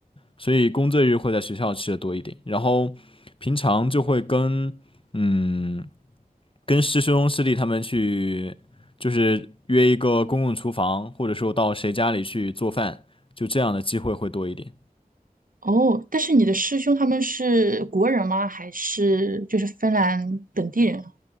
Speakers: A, on the left; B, on the right.
A: 所以工作日会在学校吃的多一点，然后平常就会跟嗯跟师兄师弟他们去，就是约一个公共厨房，或者说到谁家里去做饭，就这样的机会会多一点。
B: 哦，但是你的师兄他们是国人吗？还是就是芬兰本地人啊